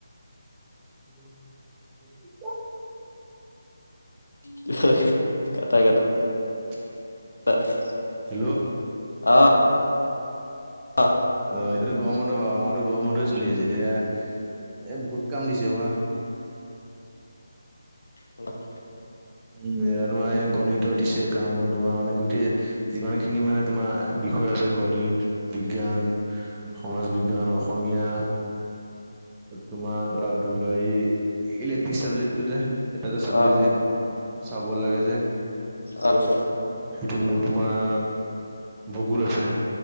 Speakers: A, on the right (about 15°); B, on the left (about 70°).
A: <inaudible>
B: <unintelligible>
A: <inaudible>
B: <inaudible>
A: হেল্ল',
B: অ অ
A: আহ এতিয়া এতিয়া গৰম বন্ধ পাবা, আমাতো গৰম বন্ধই চলি আছে, এতিয়া এই বহুত কাম দিছে ৰবা।
B: <inaudible>
A: উম তোমাৰ এই গণিতৰ দিছে গাঁও তোমাৰ মানে গোটেই, যিমানখিনি মানে তোমাৰ বিষয় আছে গণিত, বিজ্ঞান সমাজ বিজ্ঞান, অসমীয়া তোমাৰ আও ধৰি লোৱা এই ইলেক্টিক চাবজেক্টটো যে এটা যে চাবজেক্ট
B: অ অ
A: যে, চাব লাগে যে,
B: আচ্ছা, <inaudible>
A: সেইটো মোৰ তোমাৰ ভূগোল আছে!